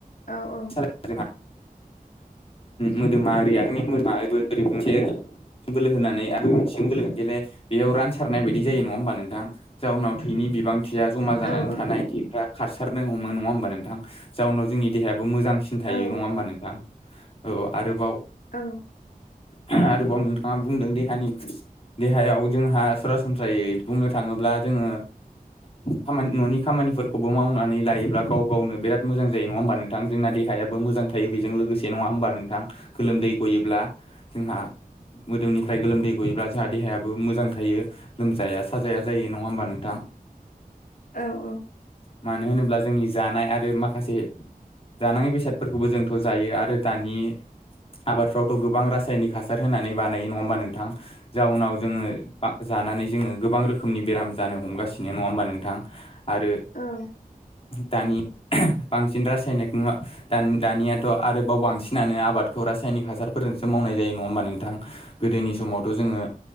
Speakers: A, on the left; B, on the left.
A: औ औ
B: सालाय जोंहा
A: <inaudible>
B: मोदोमा ओरै आनि मो ओरै गंसे बोलो होनानै आ <unintelligible> बोलो जेलाय <unintelligible> बेयाव रानसारनाय बायदि जायो नङा होमबा नोंथां जाउनाव थैनि बिबां थैया जमा जानानै
A: औ
B: थानाय थैफ्रा खारसारनो हमो नङा होमबा नोंथां जाउनाव जोंनि देहायाबो मोजां
A: औ
B: थायो नङा
A: औ
B: होमबा नोंथां औ आरोबाव
A: औ
B: आरोबाव नोंथाङा बुंदों देहानि देहायाव जोंहा सरासनस्रायै बुंनो थाङोब्ला जोङो खामानि न'नि खामानिफोरखौबो मावनानै लायोब्ला गाव गावनो बिराद मोजां जायो नङा होमबा नोंथां जोंना दे देहायाबो मोजां थायो बेजों लोगोसे नङा होमबा नोंथां गोलोमदै गयोब्ला जोंहा मोदोमनिफ्राय गोलोमदै गयोब्ला जोंहा देहायाबो मोजां थायो लोमजाया साजाया जायो नङा होमबा नोंथां?
A: औ औ
B: मानो होनोब्ला जोंनि जानाय आरो माखासे जानाङि बेसा जायो आरो दानि आबादफ्रावथ' गोबां रासायनिक हासार होनानै बानायो नङा होमबा नोंथां? जाउनाव जोङो बा जानानै जोङो गोबां रोखोमनि बेराम जानो हमगासिनो नङा होमबा नोंथां? आरो
A: औ।
B: दानि बांसिन रासायनेक मुवा दान दानियाथ' आरोबाव बांसिनानो आबादखौ रासायनिक हासारफोरजोंसो मावनाय जायो नङा होमबा नोंथां? गोदोनि समावथ' जोङो।